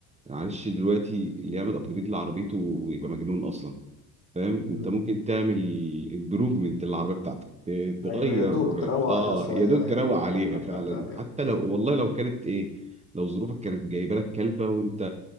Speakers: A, on the right; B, on the left.
A: معلش دلوقتي اللي يعمل أبجريد لعربيته يبقى مجنون أصلا فاهم
B: مم.
A: انت ممكن تعمل امبروفمنت للعربيه بتاعتك ت- تغير
B: ايوه يا دوب تروق
A: اه
B: عليها شويه
A: يا دوب
B: ايوه
A: تروق
B: <laughs>
A: عليها فعلا
B: أيوة.
A: حتى لو والله لو كانت ايه لو ظروفك كانت جايبه لك كلبه وانت